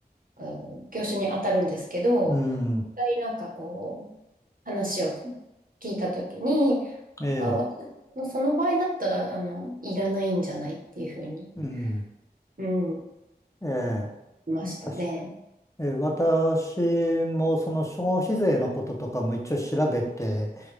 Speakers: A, on the right; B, on the left.
A: うん、業種に当たるんですけど、
B: うん、
A: 一回なんかこう、話を聞いたときに、
B: ええ
A: まあ、わその場合だったら、あの、いらないんじゃないっていうふうに、
B: うん、
A: うん、
B: ええ
A: いましたね。
B: 私、ええ私もその消費税のこととかも一応調べて